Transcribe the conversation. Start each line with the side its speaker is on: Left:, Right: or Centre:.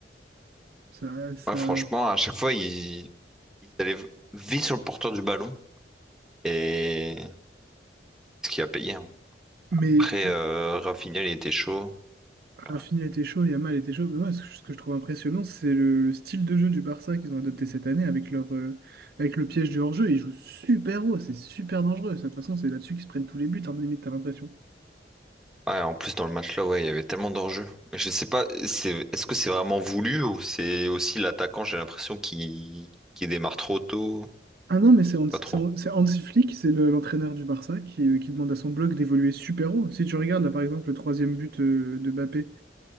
Right: ça, ça...
Centre: Ouais, franchement, à chaque fois, ils, ils allaient vite sur le porteur du ballon. Et ce qui a payé. hein.
Right: Mais
Centre: Après, euh, Rafinha, il était chaud.
Right: Rafinha
Centre: Ouais.
Right: était chaud, Yamal était chaud. Mais moi, ce que ce que je trouve impressionnant, c'est le, le style de jeu du Barça qu'ils ont adopté cette année avec leur, euh, avec le piège du hors-jeu. Ils jouent super haut, c'est super dangereux. Ça, De toute façon, c'est là-dessus qu'ils se prennent tous les buts, hein, limite, t'as l'impression.
Centre: Ouais, en plus, dans le match-là, ouais, il y avait tellement d'enjeux. Mais Je sais pas, c'est, est-ce que c'est vraiment voulu ou c'est aussi l'attaquant, j'ai l'impression, qui, qui démarre trop tôt?
Right: Ah non, mais c'est Hans, c'est
Centre: Pas trop.
Right: Hans- c'est Hansi Flick, c'est le- l'entraîneur du Barça qui, euh, qui demande à son bloc d'évoluer super haut. Si tu regardes là par exemple le troisième but euh, de Mbappé,